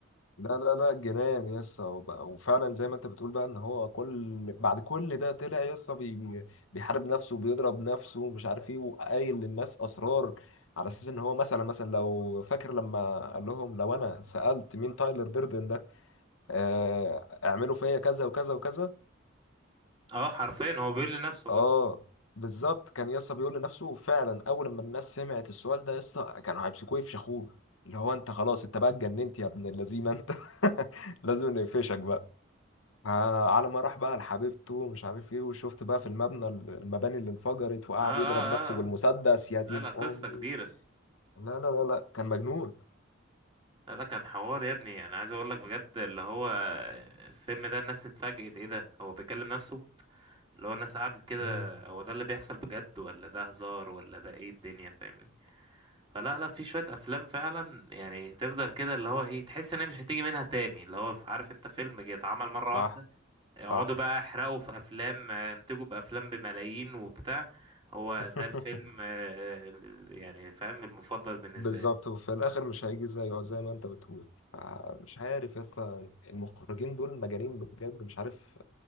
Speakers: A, on the left; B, on the right.
A: لا لا لا جنان يسا وبقى وفعلا زي ما انت بتقول بقى ان هو كل بعد كل ده طلع يسا بي... بيحارب نفسه وبيضرب نفسه ومش عارف ايه وقايل للناس اسرار على اساس ان هو مثلا مثلا لو فاكر لما قال لهم لو انا سألت مين تايلر ديردن ده آه اعملوا فيا كذا وكذا وكذا
B: اه حرفيا هو بيقول لنفسه
A: اه
B: برضه
A: بالظبط كان يسا بيقول لنفسه فعلا اول ما الناس سمعت السؤال ده يسا كانوا هيمسكوه يفشخوه اللي هو انت خلاص انت بقى اتجننت يا ابن اللذينه انت <laughs> لازم نقفشك بقى آه، على ما راح بقى لحبيبته ومش عارف ايه وشفت بقى في المبنى المباني اللي انفجرت وقعد
B: اه اه
A: يضرب نفسه بالمسدس
B: اه
A: يا دين
B: لا لا قصة
A: امي
B: كبيرة
A: لا لا لا لا كان مجنون
B: لا لا كان حوار يا ابني انا عايز اقول لك بجد اللي هو الفيلم ده الناس اتفاجئت ايه ده هو بيكلم نفسه اللي هو الناس قعدت كده
A: مم.
B: هو ده اللي بيحصل بجد ولا ده هزار ولا ده ايه الدنيا فاهمني فلا لا في شوية افلام فعلا يعني تفضل كده اللي هو ايه تحس ان هي مش هتيجي منها تاني اللي هو عارف انت فيلم جه اتعمل مرة
A: صح
B: واحدة يقعدوا
A: صح
B: بقى يحرقوا في افلام آه، ينتجوا بافلام بملايين وبتاع هو
A: <laughs>
B: ده الفيلم آه، آه، يعني فاهم المفضل بالنسبة
A: بالظبط وفي الاخر مش هيجي زيه زي ما انت بتقول آه، مش عارف يا اسطى المخرجين دول مجانين بجد مش عارف